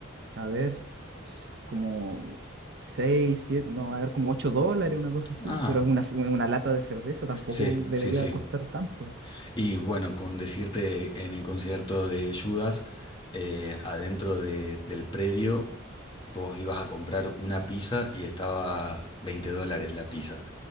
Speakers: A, on the right; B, on the left.
A: a ver, s- como 6, 7, no, a ver, como 8 dólares, una cosa así,
B: Ah,
A: pero es una, c- una lata de cerveza, tampoco
B: sí,
A: debería
B: sí, sí.
A: costar tanto,
B: Y bueno, con decirte en el concierto de Judas, eh, adentro de- del predio, vos ibas a comprar una pizza y estaba 20 dólares la pizza.